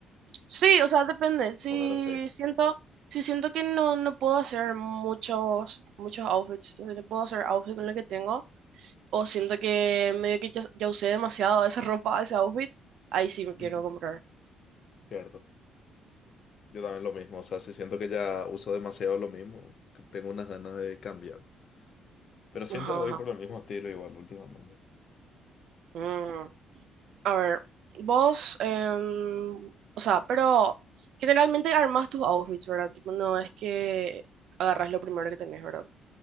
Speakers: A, on the right; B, on the left.
A: Sí, o sea, depende. Si
B: Cuando era así.
A: siento, si siento que no, no puedo hacer muchos, muchos outfits, no sé, no puedo hacer outfit con lo que tengo, o siento que medio que ya, ya usé demasiado esa <laughs> ropa, ese outfit, ahí sí me quiero
B: Ujú.
A: comprar.
B: Cierto. Yo también lo mismo, o sea, si siento que ya uso demasiado lo mismo, que tengo unas ganas de cambiar. Pero siempre
A: Ajá,
B: voy
A: ajá.
B: por el mismo estilo igual últimamente.
A: Mm, A ver, vos, em, o sea, pero generalmente armas tus outfits, ¿verdad? Tipo, no es que agarras lo primero que tenés, ¿verdad?